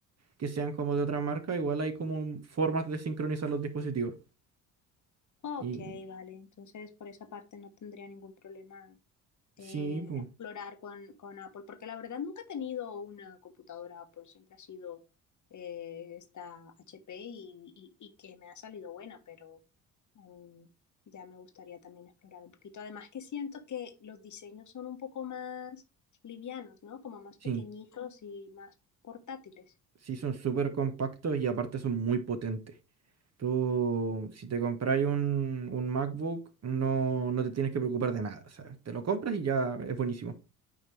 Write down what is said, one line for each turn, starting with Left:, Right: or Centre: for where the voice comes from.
Right: que sean como de otra marca, igual hay como formas de sincronizar los dispositivos.
Left: Ok,
Right: Y
Left: vale. Entonces, por esa parte no tendría ningún problema en
Right: sí, pum,
Left: explorar con, con Apple, porque la verdad nunca he tenido una computadora Apple, siempre ha sido eh, esta HP y, y- y que me ha salido buena, pero em, ya me gustaría también explorar un poquito. Además que siento que los diseños son un poco más livianos, ¿no? Como más
Right: sí,
Left: pequeñitos y más portátiles.
Right: sí son súper compactos y aparte son muy potentes. Tú, si te compras un, un MacBook, no, no te tienes que preocupar de nada. O sea, te lo compras y ya es buenísimo.